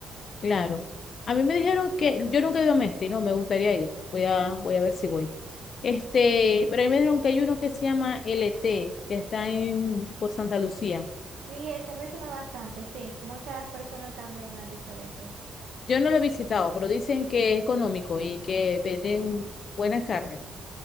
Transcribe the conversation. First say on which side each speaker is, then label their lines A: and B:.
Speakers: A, on the left; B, on the right.
A: claro. A mí me dijeron que yo nunca he ido a Mesti, no, me gustaría ir. Voy a, voy a ver si voy. Este, pero a mí me dijeron que hay uno que se llama LT, que está en, por Santa Lucía.
B: Sí, ese me suena bastante, sí. Muchas personas también me han dicho de ese.
A: Yo no lo he visitado, pero dicen que es económico y que venden buenas carnes.